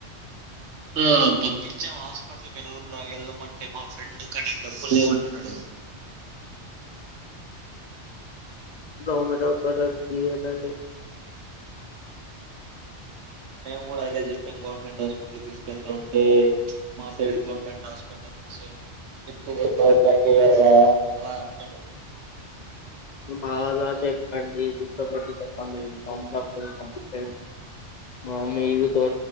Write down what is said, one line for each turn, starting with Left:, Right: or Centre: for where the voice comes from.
Right: ఆ పంపించాము హాస్పిటల్కి వెలరా వెళ్ళమంటే, మా ఫ్రెండ్ కానీ డబ్బు లేవ్ అంటున్నాడు.
Left: గవర్మెంట్ హాస్పిటల్ కి ఇయ్యకండి.
Right: మేము కూడా అదే చెప్పాం గవర్నమెంట్ హాస్పిటల్కి తీసుకెళ్తా ఉంటే మా సైడ్ గవర్నమెంట్ హాస్పిటల్ స్ ఎక్కువ బా పన్ జేయర్రా అలా అంటాడు
Left: బాగా చెప్పండి కూర్చో పెట్టి చెప్పండి పంపించండి, మా మీరు తో